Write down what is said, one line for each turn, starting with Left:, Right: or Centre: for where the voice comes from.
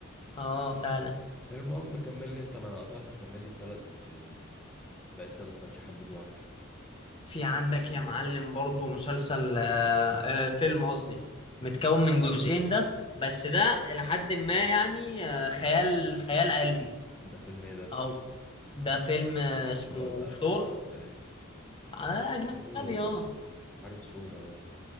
Left: اه فعلا
Centre: المهم كمل لي انت انا قطعتك كمل لي التلات آه، باقي التلات ترشيحات بتوعك
Left: في عندك يا معلم برضو مسلسل آه، آه، فيلم قصدي متكون من جزئين ده بس ده إلى حد ما يعني آه، خيال خيال علمي
Centre: ده فيلم ايه ده
Left: أو ده فيلم آه، اسمه
Centre: ولا
Left: ثور
Centre: اجنبي ولا ايه
Left: آه، أجنبي
Centre: سور
Left: اه
Centre: عارف سور اه